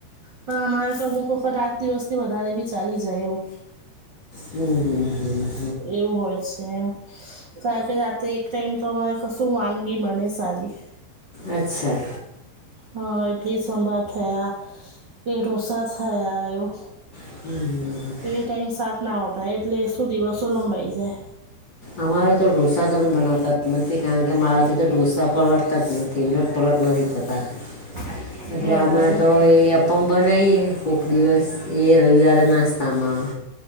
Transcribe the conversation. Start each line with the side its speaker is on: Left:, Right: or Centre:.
Right: પણ અમારે તો અમુક વખત આઠ દિવસથી વધારે ભી ચાલી જાય એવું.
Left: હું હું હું.
Right: એવું હોય છે એમ, કારણ કે રાતે એક ટાઈમ તો અમારે કશું વાનગી બને સારી.
Left: અચ્છા.
Right: હ ઇડલી સાભાર થયા, કે ઢોસા થયા એવું.
Left: હમ હમ.
Right: એ ટાઈમ શાક ના વપરાય એટલે સુધીવસો લંબાઈ જાય.
Left: અમારે તો ઢોસા તમે બનાવતા જ નથી કારણ કે મારાથી તો ઢોસા પણ લડતા જ નથી. તે ઉલટ પલટ નથી થતા.
Right: <inaudible>
Left: એટલે
Right: બરાબર
Left: અમે તો એ મ બનાવીએ કોક દિવસ એ રવિવારે નાસ્તામાં.